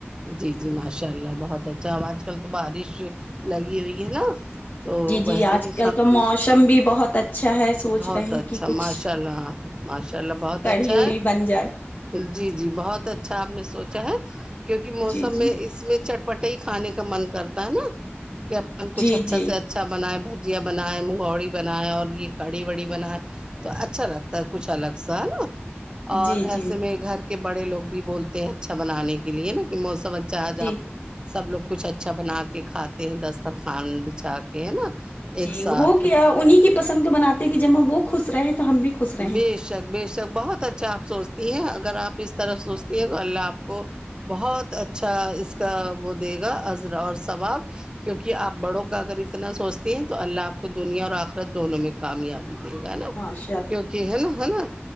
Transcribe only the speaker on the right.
جی جی ماشاء اللہ بہت اچھا آج کل تو بارش لگی ہوئی ہے نا تو
ویسے
بھی
اچھا
بہت
اچھا
ماشاء اللہ ماشاء اللہ بہت
اچھا
ہے
جی جی بہت اچھا آپ نے سوچا ہے کیونکہ موسم
میں اس میں چٹ پٹئی کھانے کا من کرتا ہے نا کہ کچھ
اچھا
سے اچھا اچھا بنائائے بھجیا بنائیں منگوڑی بنائائے اور یہ کڑی وڑی بنائے تو اچھا لگتا ہے کچھ الگ سا ہے نا اور
ایسے
میں گھر کہ بڑے لوگ بھی بولتے ہیں اچھا بنانے کے لیے نا کہ موسم اچھا ہے ج
آپ سب لوگ کچھ اچھا بنا کے کھاتے ہیں دسترخوان بچھا کے ہے نا
ایک
ساتھ
بے شک بے شک بہت اچھا آپ سوچتی ہیں اگر آپ اس طرف سوچتی ہیں تو اللہ آپ کو بہت اچھا اس کا وہ دے گا عذر اور ثواب کیونکہ آپ بڑوں کا اگر اتنا سوچتے ہیں تو اللہ آپ کو دنیا اور آخرت دونوں میں کامیابی دے گا نا
کیونکہ ہے نا ہے نا